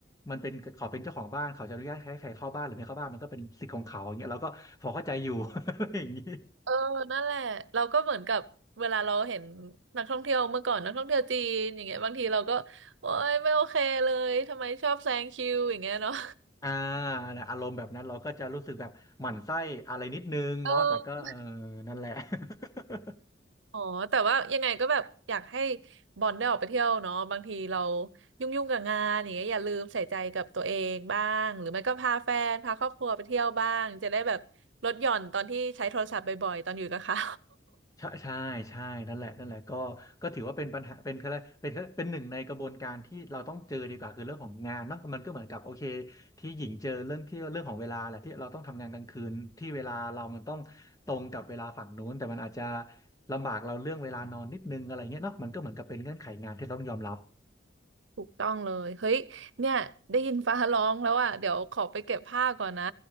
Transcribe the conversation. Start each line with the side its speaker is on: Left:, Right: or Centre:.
Left: มันเป็นเขาเป็นเจ้าของบ้านเขาจะอนุญาตให้ใครเข้าบ้านหรือไม่เข้าบ้านมันก็เป็นสิทธิ์ของเขาอย่างเงี้ยเราก็พอเข้าใจอยู่ <laughs> ออย่างนี้
Right: เออนั่นแหละเราก็เหมือนกับเวลาเราเห็นนักท่องเที่ยวเมื่อก่อนนักท่องเที่ยวจีนอย่างเงี้ยบางทีเราก็โอ๊ยไม่โอเคเลยทำไมชอบแซงคิวอย่างเงี้ยเนาะ
Left: อ่านะอารมณ์แบบนั้นเราก็จะรู้สึกแบบหมั่นไส้อะไรนิดนึงเนาะแต่ก็เออ
Right: <laughs> เออ
Left: นั่นแหละ <laughs>
Right: อ๋อแต่ว่ายังไงก็แบบอยากให้บอลได้ออกไปเที่ยวเนาะบางทีเรายุ่งยุ่งกับงานอย่างเงี้ยอย่าลืมใส่ใจกับตัวเองบ้างหรือไม่ก็พาแฟนพาครอบครัวไปเที่ยวบ้างจะได้แบบลดหย่อนตอนที่ใช้โทรศัพท์บ่อยๆตอนอยู่กับเขา
Left: ใช่ใช่ใช่นั่นแหละนั่นแหละก็ก็ถือว่าเป็นปัญหาเป็นอะไรเป็นเป็นหนึ่งในกระบวนการที่เราต้องเจอดีกว่าคือเรื่องของงานเนาะมันก็เหมือนกับโอเคที่หญิงเจอเรื่องที่เรื่องของเวลาแหละที่เราต้องทำงานกลางคืนที่เวลาเรามันต้องตรงกับเวลาฝั่งนู้นแต่มันอาจจะลำบากเราเรื่องเวลานอนนิดนึงอะไรเงี้ยเนาะมันก็เหมือนกับเป็นเงื่อนไขงานที่เราต้องยอมรับ
Right: ถูกต้องเลย เฮ้ย เนี่ย ได้ยินฟ้าร้องแล้วอ่ะเดี๋ยวขอไปเก็บผ้าก่อนนะ